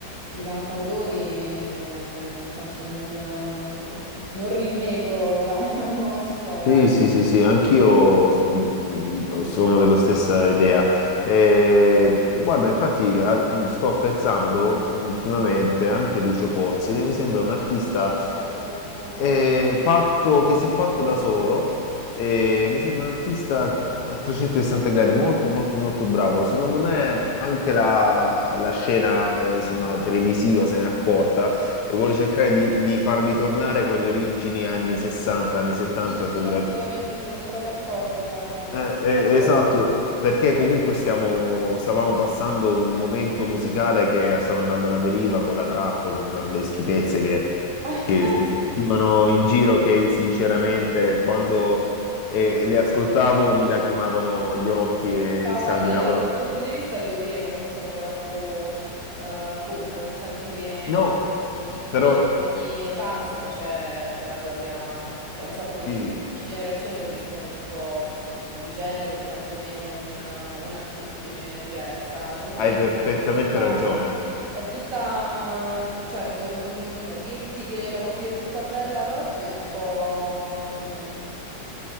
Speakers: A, on the right; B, on the left.
A: di cantautori, eh, nel senso non, eh, non rinnego la, <laughs> la nuova scuola.
B: Sì,
A: eh.
B: sì, sì, sì, anch'io s- mm, mm, sono della stessa idea. Eh, guarda, infatti a- mm, sto apprezzando mm, ultimamente anche Lucio Corsi, che mi sembra un artista
A: Sì, molto, molto.
B: eh, fatto- che si è fatto da solo. e mi sembra un artista a 360 gradi, molto, molto, molto bravo. Secondo me anche la, la scena, eh, insomma, televisiva se n'è accorta e
A: Sì,
B: vuole cercare di, di far ritornare quelle origini anni 60, anni 70
A: sì,
B: sul...
A: sì, assolutamente sono stra d'accordo, guarda.
B: Eh,
A: Sono
B: eh,
A: d'accordo.
B: esatto, perché comunque stiamo, stavamo passando un momento musicale che stava andando alla deriva con la trap, con le schifezze che,
A: <laughs>
B: che si sentivano in giro, che sinceramente quando eh, le ascoltavo mi lacrimavano gli occhi e
A: No,
B: sanguinavano.
A: guarda, io da quel punto di vista devo dire che non sono troppo eh, contro, nel senso che
B: No,
A: così come
B: però
A: ogni età, insomma, c'è c'è la propria, cioè non so come
B: sì,
A: dirti,
B: sì,
A: ogni generazione corrisponde un po' un genere o quantomeno un- un'attitudine diversa. Secondo
B: hai
A: me
B: perfettamente
A: è tutta...
B: ragione.
A: È tutta, certo, non dirti che la musica è tutta bella ad oggi è un po'... mm,